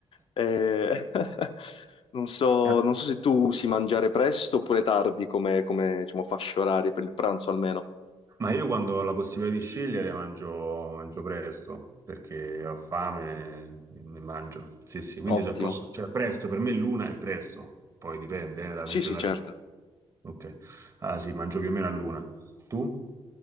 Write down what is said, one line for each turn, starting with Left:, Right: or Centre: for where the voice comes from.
Left: Eh, <laughs> non so,
Right: Eh,
Left: non so se tu usi mangiare presto oppure tardi come, come, diciamo, fasce orarie per il pranzo almeno.
Right: Ma io quando ho la possibilità di scegliere mangio, mangio presto, perché ho fame e e mangio. Sì, sì, quindi
Left: Ottimo.
Right: se posso, cioè presto, per me l'una è presto, poi dipende, eh, da
Left: Sì,
Right: regione
Left: sì, certo.
Right: a regione. Ok, ah sì, mangio più o meno all'una. Tu?